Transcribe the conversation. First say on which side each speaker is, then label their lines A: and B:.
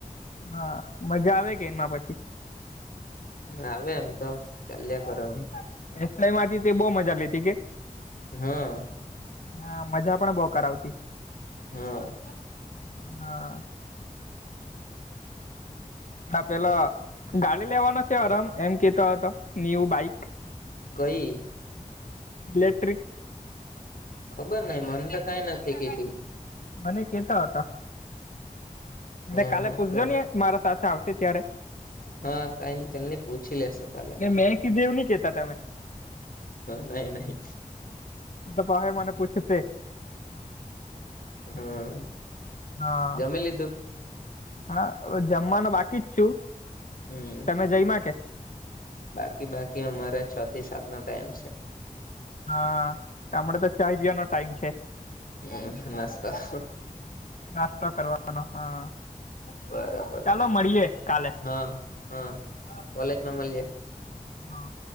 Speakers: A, on the left (about 60°); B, on the left (about 80°).
A: હા મજા આવે કે એમાં પછી
B: આવે એમ તો ચાલ્યા કરે હવે
A: એસ વાય માંથી તે બહું મજા લેતી કે
B: હા
A: હા મજા પણ બહુ કરાવતી
B: હા
A: હા હ પેલો ગાડી લેવાનો છે અરમ એમ કેતો હતો ન્યુ બાઈક
B: કઈ
A: ઇલેક્ટ્રિક
B: ખબર નહિ મન તો કઈ નથી કીધું
A: મને કેતા હતો એને
B: હા
A: કાલે પૂછજો
B: હા
A: ને મારા સાથે આવશે ત્યારે
B: હા કઈ નહિ ચાલને પૂછી લેસુ હ
A: ને મેં કીધું એવું નહી કેતા તમે
B: નહી નહી
A: તો પહિ મને પછુસે
B: હા
A: હા
B: જમી લીધું
A: હા હવે જમવાનું બાકી જ છું
B: હમ
A: તમે જઈમાં કે
B: બાકી બાકી અમારે છ થી સાત નો ટાઈમ છે
A: હા હમણા તો ચાઇ પિવાનો ટાઈમ છે
B: હમ નાસ્તા
A: નાસ્તો કરવાનો હા
B: બરાબર
A: ચાલો મળીએે કાલે
B: હા હા કોલેજમાં મલિએ
A: હા